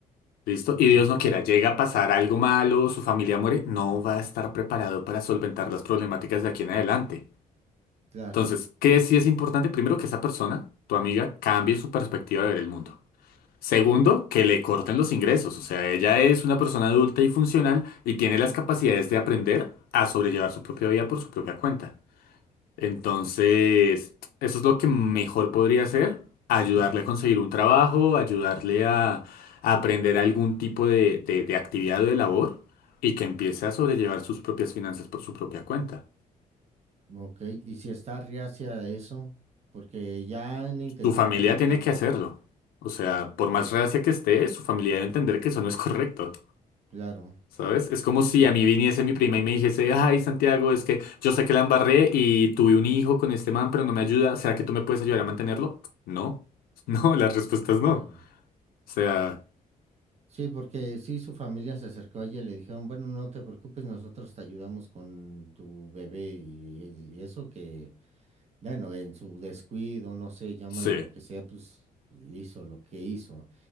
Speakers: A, on the left; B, on the right.
A: ¿Listo?
B: ujú,
A: Y Dios no quiera, llega a pasar algo malo, su familia muere, no va a estar preparado para solventar las problemáticas de aquí en adelante.
B: claro.
A: Entonces, ¿qué sí es importante? Primero, que esa persona, tu amiga, cambie su perspectiva de ver el mundo. Segundo, que le corten los ingresos. O sea, ella es una persona adulta y funcional y tiene las capacidades de aprender a sobrellevar su propia vida por su propia cuenta. Entonces, eso es lo que mejor podría hacer, ayudarle
B: ujú,
A: a conseguir un trabajo, ayudarle a, a aprender algún tipo de, de, de actividad o de labor y que empiece a sobrellevar sus propias finanzas por su propia cuenta.
B: Ok, y si está reacia a eso, porque ya han intentado
A: Su familia
B: ayudarla.
A: tiene que hacerlo. O sea, por
B: Ujú.
A: más reacia que esté, su familia debe entender que eso no es correcto.
B: Claro,
A: ¿Sabes? Es como
B: sí,
A: si
B: ¿no?
A: a mí viniese mi prima y me dijese, ay, Santiago, es que yo sé que la embarré y tuve un hijo con este man, pero no me ayuda. ¿Será que tú me puedes ayudar a mantenerlo? No. <laughs> No, la respuesta es no.
B: Claro.
A: O sea,
B: Sí, porque sí, su familia se acercó a ella y le dijeron, bueno, no te preocupes, nosotros te ayudamos con tu bebé y, y eso que, bueno, en su descuido, no sé, llámalo
A: sí.
B: lo que sea, pues hizo lo que hizo.